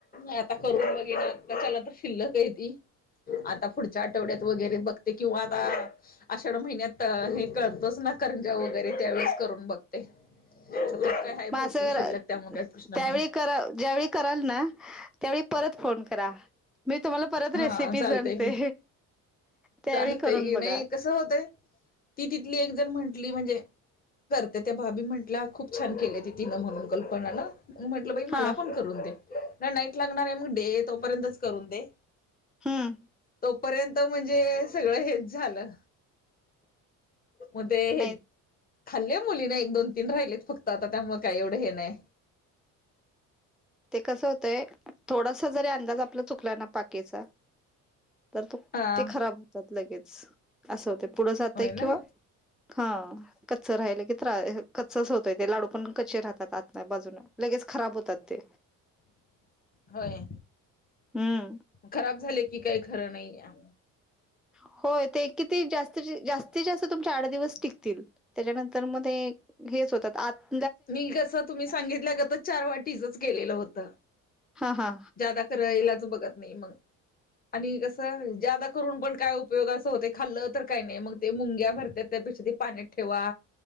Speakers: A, on the left (about 25°); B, in the centre.
A: आता करून बघे ना आताच्याला तर किल्लक त आता पुढच्या आठवड्यात वगरे बघ ते किंवा आता आषाढ महिन्यात हे कळतच ना कंजा वगैरे त्यावेेळेस करून बघते त्यात काय आहे भरपूर
B: मा त्यावेळी
A: शिल्लक त्यामुळे काही प्रश्न नाही
B: क ज्यावेळी कराल ना त्यावेळी परत फोन करा मी तुम्हाला परत
A: हा
B: रेसिपी
A: चालतय
B: सांगते
A: की
B: त्यावेळी
A: चालतय
B: करून बघा
A: नाही कस होतंय ती तिथली एक जण म्हण म्हणजे करते त्या भाबी म्हंटल्या खूप छान केले त तिनं म्हणून कल्पना ना मग म्हंटलं बाई
B: हा
A: मला पण करून दे नाही नाईट लागणार आहे मग डे तोपर्यंतच करून दे
B: हम
A: तोपर्यंत म्हणजे सगळं हेच झालं म ते
B: नाही
A: हे खाल्ल्या मुलीना एक दोन तीन राहिलेत फक्त आता तत्यामुळं काही एवढं हे नाही
B: ते कसं होतय थोडासा जरी अंदाज आपला चुकला ना पाकीचा तर तो
A: हा.
B: ते खराब होतात लगेच असं होते पुढं जातय
A: होय ना
B: किंवा हा कच्च राहिलं की त्रास कच्च होतय ते लाडू पण कच्चे राहतात आतन बाजून लगेच खराब होतात ते
A: होय
B: हम्म
A: खराब झाले कि काही खरं नाही आ
B: ह होय ते किती जास् जास्तीत जास्त तुमचे आठ दिवस टिकतील त्याच्यानंतर मध्ये हेच होतात आज
A: मी कसं तुम्ही सांगितल्या ग तर चार वाटीचच गेलेलं होत
B: हा हा
A: जादा कयलाच बघत नाही मग आणि कसं ज्यादा करून पण काय उपयोगा असं होते खाल्लं तर काय नाही मग ते मुंग्या भरतात त्यापेक्षा पा ठेवा